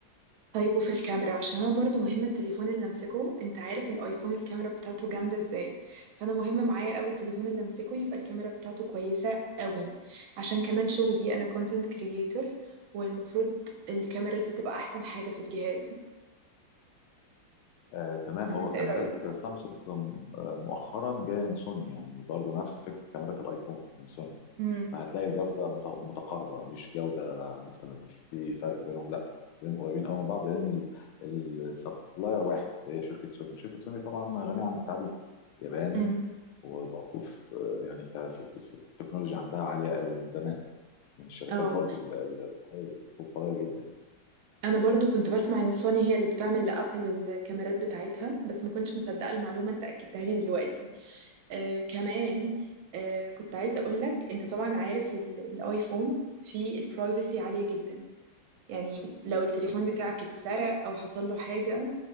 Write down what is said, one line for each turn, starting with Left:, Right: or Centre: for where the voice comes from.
Right: طيب وفي الكاميرا عشان انا برضو مهم التليفون اللي امسكه انت عارف الايفون الكاميرا بتاعته جامده ازاي فانا مهم معايا قوي التليفون اللي امسكه يبقى الكاميرا بتاعته كويسه قوي عشان كمان شغلي انا كونتنت كرييتور والمفروض الكاميرا دي تبقى احسن حاجه في الجهاز
Left: آه تمام
Right: ولا
Left: هو
Right: انت
Left: كاميرات
Right: ايه رايك
Left: سامسونج آه، مؤخرا جايه من سوني يعني برضه نفس فكره كاميرات الايفون من سوني
Right: امم
Left: فهتلاقي الجودة مت- متقاربة مش جودة مثلا في فرق بينهم لا هتلاقيهم قريبين قوي من بعض لأن السبلاير واحد هي شركة سوني وشركة سوني طبعا غنية عن التعريف ياباني
Right: امم
Left: وبرضه في يعني ك- في الت- في التكنولوجيا عندها عالية قوي من زمان من الشركات
Right: اه
Left: برضه ال- ال- القوية القوية جدا
Right: انا برضو كنت بسمع ان سوني هي اللي بتعمل لابل الكاميرات بتاعتها بس ما كنتش مصدقه المعلومه انت اكدتها لي دلوقتي آه كمان آه كنت عايزة أقول لك أنت طبعا عارف ال- الآيفون فيه البرايفسي عالية جدا يعني لو التليفون
Left: يعني
Right: بتاعك
Left: أكيد
Right: اتسرق أو حصل له حاجة